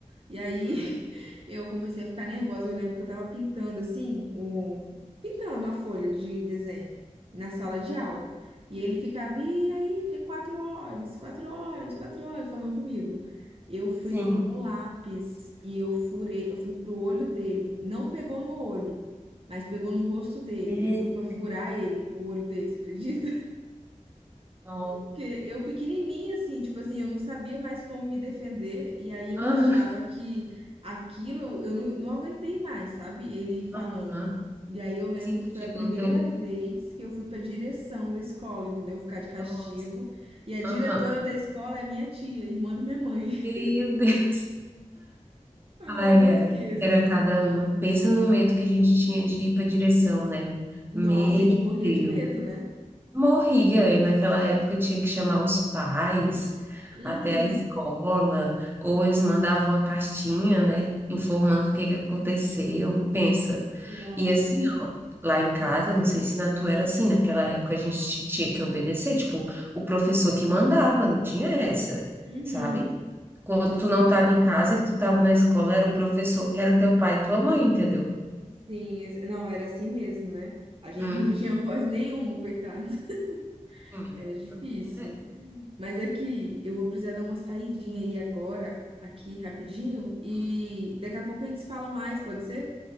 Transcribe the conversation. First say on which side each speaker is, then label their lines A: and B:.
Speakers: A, on the right; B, on the right.
A: E aí
B: Aham.
A: <laughs> eu comecei a ficar nervosa. Eu lembro que eu tava pintando assim, o... pintando a folha de desenho na sala de aula. E ele ficava, e aí, que quatro olhos, quatro olhos, quatro olhos, falando comigo. Eu fui
B: Sim.
A: com um lápis e eu furei, eu fui pro olho dele. Não pegou no olho, mas pegou no rosto dele.
B: Meu
A: Eu fui pra furar
B: Deus.
A: ele, o olho dele, você acredita?
B: Nossa,
A: Porque
B: não acredito.
A: eu pequenininha, assim, tipo assim, eu não sabia mais como me defender, e aí eu
B: Aham.
A: achava que aquilo, eu não, não aguentei mais, sabe? Ele falando.
B: Aham.
A: E aí eu lembro
B: Sim,
A: que
B: tu
A: foi
B: chegou
A: a primeira
B: no teu limite.
A: vez que eu fui pra direção da escola, entendeu? Ficar de castigo.
B: Nossa.
A: E a diretora
B: Aham.
A: da escola é minha tia, irmã da minha mãe. <laughs>
B: Meu Deus.
A: Ai,
B: Ai,
A: não esqueço.
B: ai. Era cada um. Pensa no medo que a gente tinha de ir para direção, né?
A: Nossa,
B: Meu
A: a gente morria
B: Deus.
A: de medo, né?
B: Morria, e naquela época eu tinha que chamar os pais
A: Uhum.
B: até a escola, ou eles mandavam a cartinha, né, informando o que que aconteceu. Pensa.
A: Nossa.
B: E assim, ó, lá em casa, não sei se na tua era assim, naquela época a gente tinha que obedecer, tipo, o professor que mandava, não tinha essa,
A: Uhum.
B: sabe? Quando
A: Sim.
B: tu não estava em casa, que tu estava na escola, era o professor que era teu pai e tua mãe, entendeu?
A: Sim, ex- não, era assim mesmo, né? A gente
B: Hum,
A: não tinha voz nenhuma, coitado. <laughs>
B: tinha,
A: Era difícil.
B: não tinha
A: Mas aqui, eu vou precisar dar uma saidinha aí agora, aqui rapidinho, e
B: essa.
A: daqui a pouco a gente se fala mais, pode ser?